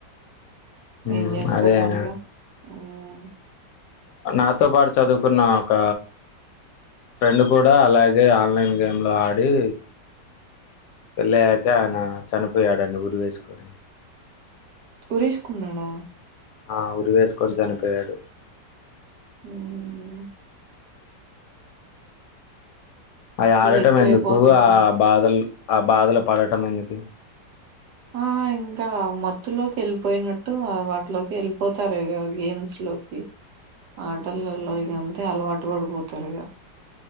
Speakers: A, on the left; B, on the right.
A: ఊ
B: ఏం చేస్తారు
A: అదే <inaudible>
B: మరిగా మ్
A: నాతో పాటు చదువుకున్న ఒక ఫ్రెండ్ కూడా అలాగే ఆన్లైన్ గేమ్ లో ఆడి పెళ్ళయ్యాక ఆయన చనిపోయాడండి ఊరి వేసుకొని
B: ఉరేసుకున్నాడా
A: ఆ ఉరి వేసుకొని చనిపోయాడు
B: <unintelligible>
A: అయి ఆడటం
B: ఇవి ఎక్కువైపోతున్నాయి
A: ఎందుకు ఆ బాధల్ ఆ బాధలు పడటం ఎందుకు
B: ఆహా ఇంక మత్తులోకి ఎళ్ళిపోయినట్టు ఆ వాటిలోకి ఎళ్ళిపోతారు ఇగ గేమ్స్ లో లోకి ఆటలల్లో ఇగ అంతే అలవాటు పడిపోతారు ఇగ